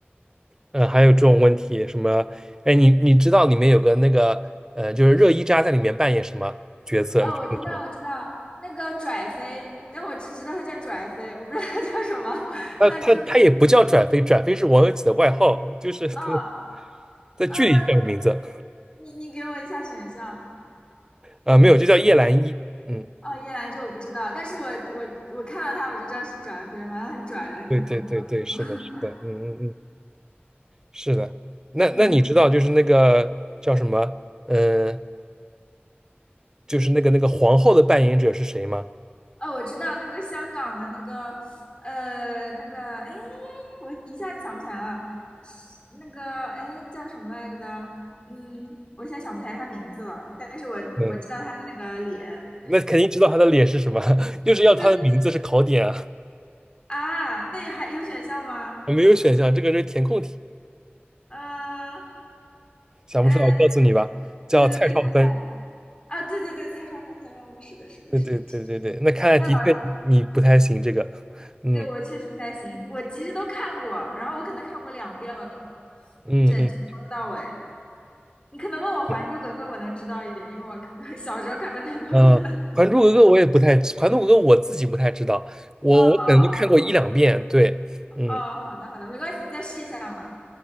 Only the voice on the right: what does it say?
嗯，还有这种问题，什么？哎，你你知道里面有个那个，呃，就是热依扎在里面扮演什么角色？
你觉得知道？
他他他也不叫转飞，
转飞是王有几的外号，就是 <laughs>
他们在剧里叫的名字。
啊、没有，就叫叶澜依。嗯，
对对对对，是的，是的，嗯嗯嗯，是的。那那你知道就是那个叫什么？
嗯、就是那个那个皇后的扮演者是谁吗？
嗯，那肯定知道她的脸是什么，<laughs> 就是要她的名字是考点啊。
我没有选项，这个是填空题。
想不出来，
我告诉你吧，叫蔡少芬。
对对对对对，
那看来的确你不太行这个，
嗯
嗯嗯，
对，
呃，《还珠格格》我也不太，《还珠格格》我自己不太知道，我我可能就看过一两遍，
对，嗯